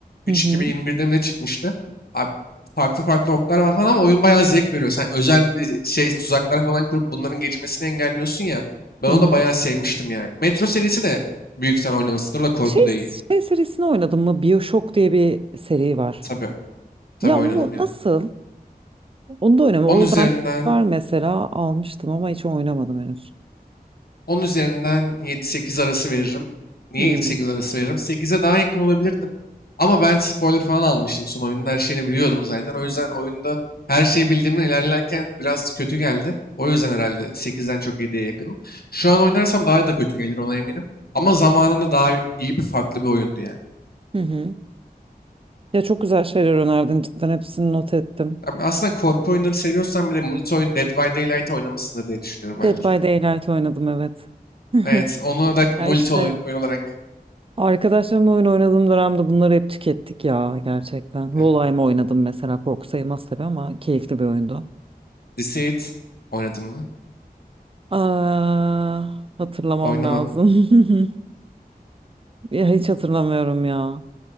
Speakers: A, on the right (about 35°); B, on the left (about 70°).
A: Hı
B: 3
A: hı,
B: 2021'de mi ne çıkmıştı? Abi, farklı farklı orklar var falan ama oyun bayağı zevk veriyor. Sen özel bir şey tuzaklar falan kurup bunların geçmesini engelliyorsun ya. Ben
A: hı
B: onu
A: hı.
B: da bayağı sevmiştim yani. Metro serisi de büyük sen oynamışsındır da korku
A: Şey,
B: da iyi.
A: şey serisini oynadım mı? BioShock diye bir seri var.
B: Tabii, tabii
A: Ya
B: oynadım
A: o
B: ya.
A: nasıl? Onu da oynama.
B: Onun
A: O
B: üzerinden
A: ben var mesela almıştım ama hiç oynamadım henüz.
B: 10 üzerinden yedi sekiz arası veririm. Niye
A: Hı
B: yedi
A: hı.
B: sekiz arası veririm? Sekize daha yakın olabilirdim. Ama ben spoiler falan almıştım son oyunun her şeyini biliyordum zaten. O yüzden oyunda her şeyi bildiğimden ilerlerken biraz kötü geldi. O yüzden herhalde sekizden çok yediye yakınım. Şu an oynarsam daha da kötü gelir ona eminim. Ama zamanında daha iyi bir farklı bir oyundu yani.
A: Hı hı. Ya çok güzel şeyler önerdin cidden hepsini not ettim.
B: Yani Aslında korku oyunları seviyorsan bile multi oyun Dead by Daylight oynamışsındır diye düşünüyorum belki.
A: Dead by Daylight oynadım evet. <laughs>
B: Evet, onu da multi
A: Ya işte
B: oyun, oyun olarak
A: arkadaşlarımla oyun oynadığım dönemde bunları hep tükettik ya gerçekten.
B: e,
A: Volheim oynadım mesela korku sayılmaz tabii ama keyifli bir oyundu.
B: Deceit oynadım mı?
A: Aa, hatırlamam
B: Oynamadım.
A: lazım. <laughs> Ya hiç hatırlamıyorum ya.